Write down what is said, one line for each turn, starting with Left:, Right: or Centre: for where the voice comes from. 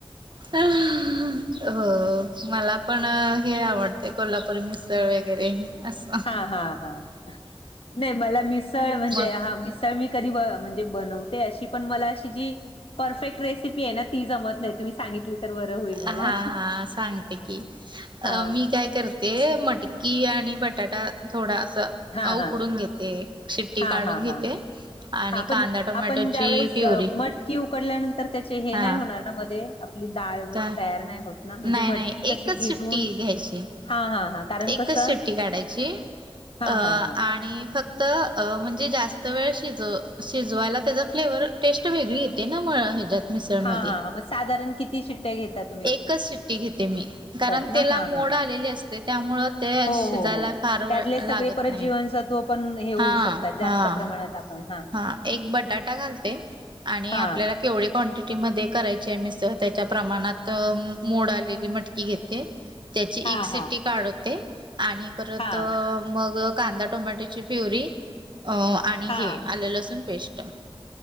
Right: हो मला पण हे आवडते कोल्हापुरी मिसळ वगैरे अस
Left: हा हा हा नाही मला मिसळ म्हणजे
Right: मग
Left: हा मिस तर मी कधी म्हणजे बनवते अशी पण मला अशी जी परफेक्ट रेसिपी आहे ना ती जमत नाही तुम्ही सांगितली तर बर होईल मला
Right: हा हा सांगते की
Left: हा
Right: मी काय करते ते मटकी आणि बटाटा थोडा अस अस
Left: हा
Right: उकडून
Left: हा
Right: घेते शिट्टी
Left: हा
Right: काढून
Left: हा
Right: घेते
Left: हा
Right: आणि
Left: हा पण
Right: कांदा टोमॅटोची
Left: आपण ज्यावेेळेस
Right: प्युरी
Left: मटकी उकडल्यानंतर त्याचे हे
Right: हा
Left: नाही होणार ना मधे आपली डाळ
Right: त्या
Left: तयार नाही होत ना म्हणजे
Right: नाही
Left: मटकी
Right: नाही
Left: कशी
Right: एकच
Left: भिजून
Right: शिट्टी घ्यायची
Left: हा हा हा कारण
Right: एकच
Left: कसं
Right: सुिट्टी काढायची
Left: हा
Right: अ
Left: हा हा
Right: आणि फक्त त म्हणजे जास्त वेळ शिज शिजवायला त्याचा फ्लेवर टेस्ट वेगळी येते ना म ह्याच्यात मिसळमध्ये
Left: हा- हा मग साधारण किती शिट्टया घेतात?
Right: एकच शिट्टी घेते मी कारण
Left: ना
Right: त्याला
Left: हा
Right: मोड
Left: हा
Right: आलेली असते त्यामुळ ते
Left: हो
Right: शिजायला
Left: हो हो
Right: फार
Left: त्यातले
Right: वेळ
Left: सगळे
Right: लागत
Left: परत
Right: नाही
Left: जीवनसत्व पण हे होऊ
Right: हा
Left: शकतात जास्त
Right: हा
Left: प्रमाणात आपण हा
Right: हा एक बटाटा घालते. आणि
Left: हा
Right: आपल्याला केवढी क्वांटिटी मध्ये करायची मी त्याच्या प्रमाणात मोड आलेली मटकी घेते. त्याची
Left: हा
Right: एक शिट्टी
Left: हा
Right: काढवते आणि परत
Left: हा
Right: मग कांदा टोमॅट्याची प्युरी अ आणि
Left: हा
Right: हे आले लसूण पेस्ट.